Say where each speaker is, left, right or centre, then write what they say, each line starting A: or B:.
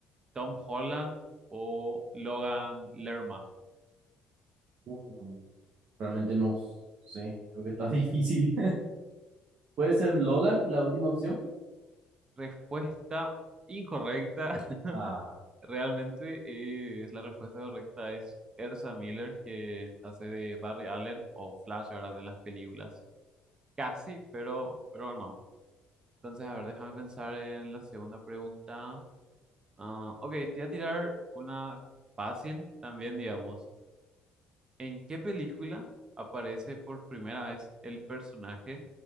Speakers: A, on the right; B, on the right.
A: Tom Holland o Logan Lerman?
B: Mm, Realmente no sé. Creo que está <laughs> difícil. ¿Puede ser Logan la última opción?
A: Respuesta incorrecta.
B: Ah,
A: Realmente eh, es la respuesta correcta es Ersa Miller, que hace de Barry Allen o Flash, ¿verdad? En las películas. Casi, pero, pero no. Entonces, a ver, déjame pensar en la segunda pregunta. Ah, ok, te voy a tirar una fácil también, digamos. ¿En qué película aparece por primera vez el personaje